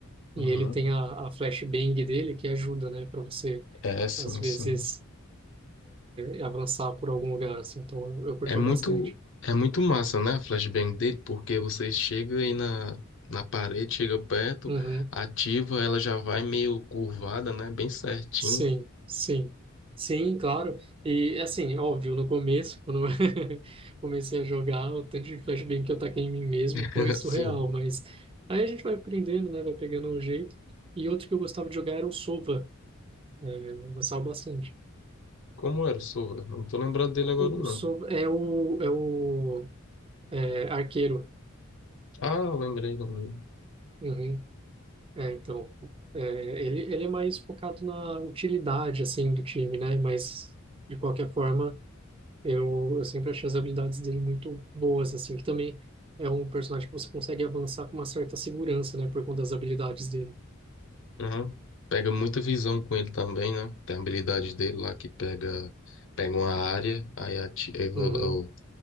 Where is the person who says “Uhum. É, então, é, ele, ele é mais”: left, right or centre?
Right